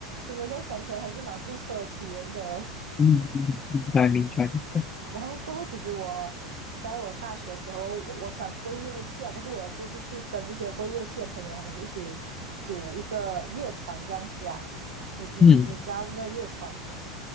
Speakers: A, on the right; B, on the left.
A: 真的现在想起来还是蛮不错的体验的。
B: 嗯嗯，嗯明白明白明白。
A: <laughs> 然后过后其实我在我大学的时候，我我虽然不会乐器啊，可是我有就是去跟一些会乐器的朋友，他们就一起组一个乐团这样子啊，你你你知道那个乐团吗？
B: 嗯，